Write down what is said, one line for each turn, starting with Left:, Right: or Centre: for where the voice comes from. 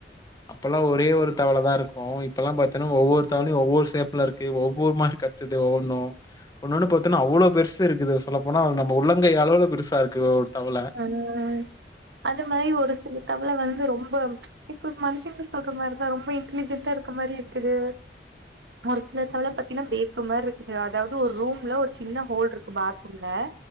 Left: அப்பெல்லா ஒரே ஒரு தவளதா இருக்கு இப்பெல்லா பாத்தீன்னா ஒவ்வொரு தவளையு ஒவ்வொரு சேபுல இருக்கு ஒவ்வொரு மாரி கத் த்துது ஒவ்வொன்னு ஒன்னொண்ணு பாத்தோன்னா அவ்ளோ பெருசு இருக்குது சொல்ல போனா நம்ப உள்ளங்கை அளவுள பெருசா இருக்கு தவள
Right: ம் அது மாரி ஒரு சில தவள வந்து ரொம்ப இப்ப மனுஷங்க சொல்ற மாரிதா ரொம்ப இன்டலிஜென்டா இருக்க மாரி இருக்குது ஒரு சில தவள பாத்தீன்னா பேக்கு மாரி இருக்குது அதாவது ஒரு ரூம்ல ஒரு சின்ன ஹோல் இருக்கு பாத்ரூம்ல